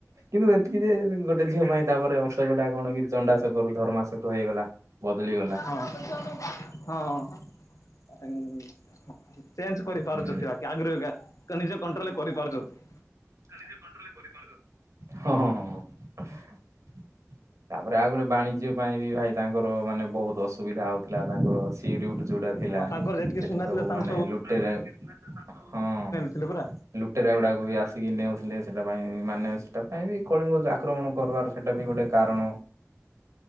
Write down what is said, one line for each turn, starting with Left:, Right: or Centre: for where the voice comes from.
Right: କିନ୍ତୁ ଏତିକି ଯେ ଗୋ ଗୋଟେ ଝିଅ ପାଇଁ ତାପରେ ଅଶୋକ ଟା କଣ କି ଚଣ୍ଡାଶୋକ ରୁ ଧର୍ମାଶୋକ ହେଇଗଲା ବଦଳିଗଲା।
Left: ହଁ <unintelligible> ହଁ। ଚେଞ୍ଜ କରିପାରୁଛନ୍ତି
Right: ହୁଁ
Left: ବାକି ଆଗ୍ରହା ନିଜ କଣ୍ଟ୍ରୋଲରେ କରିପାରୁଛନ୍ତି।
Right: ନିଜ କଣ୍ଟ୍ରୋଲରେ କରିପାରୁଛନ୍ତି ହଁ ହଁ ହଁ ହଁ। ତାପରେ ଆଉ ଗୋଟେ ବାଣିଜ୍ୟ ପାଇଁ ବି ଭାଇ ତାଙ୍କର ମାନେ ବହୁତ ଅସୁବିଧା ହଉଥିଲା ତାଙ୍କର ଅଛି ଟି ରିଉଡ ଯୋଉଟା ଥିଲା
Left: ହଁ ତାଙ୍କର
Right: ସେଟା
Left: ଯେତିକି ସୁନା
Right: ସବୁ
Left: ଥିଲା ତାଙ୍କୁ
Right: ମାନେ ଲୁଟେରା ହଁ।
Left: ଥିଲେ ପରା।
Right: ଲୁଟେରା ଗୁଡାକ ବି ଆସିକି ନେଉଥିଲେ ସେଟା ପାଇଁ ମାନେ ସେଟା ପାଇଁ ବି କଳିଙ୍ଗ ଆକ୍ରମଣ କରିବାର ସେଟା ବି ଗୋଟେ କାରଣ।